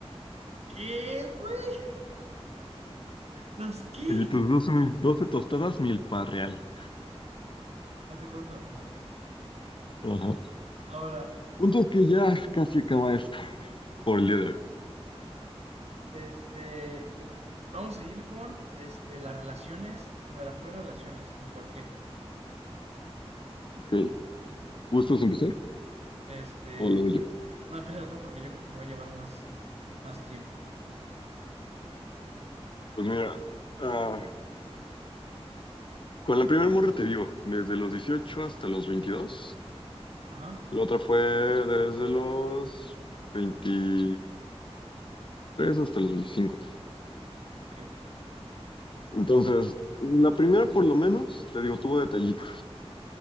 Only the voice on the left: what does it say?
Y tus 12, mil- 12 tostadas milpa real.
Ajá.
Puntos que ya casi acaba esto por el día de hoy.
Ok. ¿Gustos empezar
o lo doy
yo?
Pues mira, ah, con la primera morra te digo, desde los 18 hasta los 22.
La otra fue desde los 23 hasta los 25.
Entonces, la primera por lo menos, te digo, tuvo detallitos.